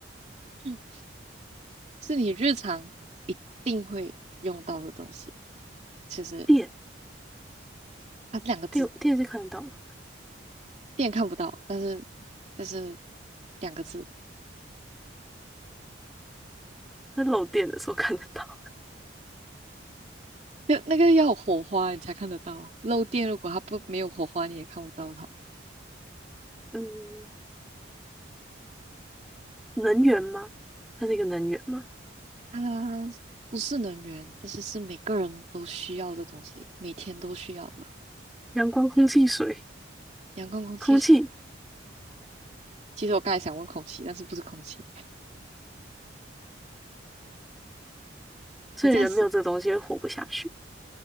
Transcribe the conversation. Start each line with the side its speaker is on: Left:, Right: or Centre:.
Right: 嗯是你日常一定会用到的东西。其实
Centre: 电，
Right: 它是两个字。
Centre: 电，电是看得到吗？
Right: 电看不到，但是但是两个字，
Centre: 那漏电的时候看得到。
Right: 就那个要有火花你才看得到啊。漏电如果它不没有火花，你也看不到它。
Centre: 嗯，能源吗？它是一个能源吗？
Right: 它不是能源，但是是每个人都需要的东西，每天都需要的。
Centre: 阳光、空气、水，
Right: 阳光、空气、
Centre: 空气，
Right: 水。其实我刚才想问空气，但是不是空气？
Centre: 所以人没有这个东西会活不下去。
Right: 你在想